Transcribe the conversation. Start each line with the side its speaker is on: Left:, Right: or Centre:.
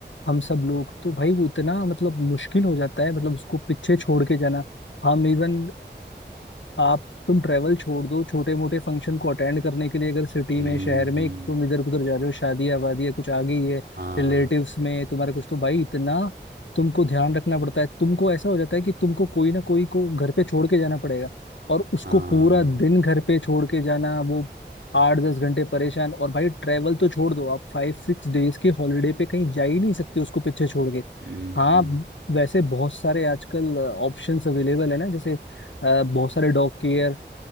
Left: हम सब लोग तो भाई वो इतना मतलब मुश्किल हो जाता है मतलब उसको पीछे छोड़ के जाना हम इवन आप तुम ट्रेवल छोड़ दो छोटे मोटे फंक्शन को अटेंड करने के लिए अगर सिटी
Right: हम्म,
Left: में शहर में तुम इधर उधर जा रहे हो शादी आबादी है कुछ आ गई है
Right: हाँ
Left: रिलेटिव्स में तुम्हारे कुछ तो भाई इतना तुमको ध्यान रखना पड़ता है तुमको ऐसा हो जाता है कि तुमको कोई ना कोई को घर पे छोड़ के जाना पड़ेगा और उसको
Right: हाँ
Left: पूरा दिन घर पे छोड़ के जाना वो आठ दस घंटे परेशान और भाई ट्रेवल तो छोड़ दो आप फाइव सिक्स डेज के हॉलीडे पे कहीं जा ही नहीं सकते उसको पीछे छोड़ के
Right: हम्म
Left: हाँ वैसे बहुत सारे आजकल ऑप्शंस अवेलेबल है ना जैसे अ, बहुत सारे डॉग केयर